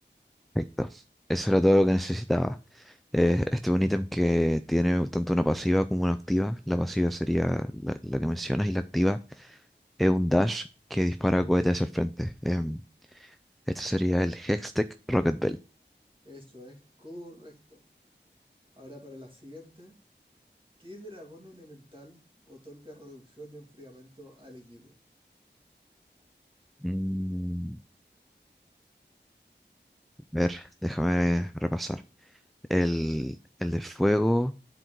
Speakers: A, in the centre; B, on the right (about 25°).
A: Perfecto. Eso era todo lo que necesitaba. Eh, este es un ítem que tiene tanto una pasiva como una activa. La pasiva sería la, la que mencionas y la activa es un dash que dispara cohetes hacia el frente. Em, este sería el Hextech Rocket Bell.
B: Eso es correcto. Ahora para la siguiente. ¿Qué dragón elemental otorga reducción de enfriamiento al equipo?
A: Mm, a ver, déjame repasar. El, el de fuego